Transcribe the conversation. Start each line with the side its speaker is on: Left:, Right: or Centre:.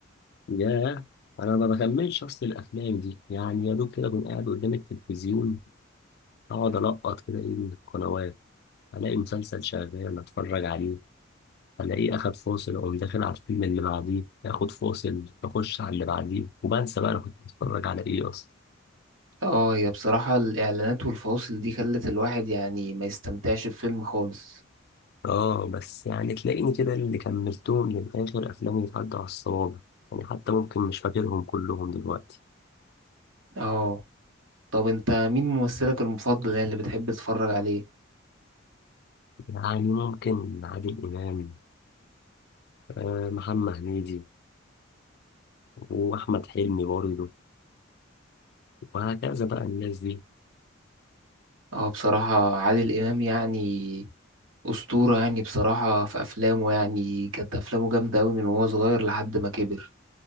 Left: ياه انا ما بكملش اصل الافلام دي يعني يا دوب كده اكون قاعد قدام التلفزيون اقعد القط كده ايه من القنوات الاقي مسلسل شغال اتفرج عليه الاقيه اخد فاصل اقوم داخل على الفيلم اللي بعديه اخد فاصل اخش على اللي بعديه وبنسى بقى انا كنت بتفرج على ايه اصلا
Right: اه هي بصراحة الاعلانات والفواصل دي خلت الواحد يعني ما يستمتعش بفيلم خالص
Left: اه بس يعني تلاقيني كده اللي كملتهم للاخر افلامي بتعدي على الصوابع يعني حتى ممكن مش فاكرهم كلهم دلوقتي
Right: اه طب انت مين ممثلك المفضل يعني اللي بتحب تتفرج عليه
Left: يعني ممكن عادل إمام آه، محمد هنيدي وأحمد حلمي برضه وهكذا بقى الناس دي
Right: اه بصراحة عادل امام يعني أسطورة يعني بصراحة في أفلامه يعني كانت أفلامه جامدة أوي من وهو صغير لحد ما كبر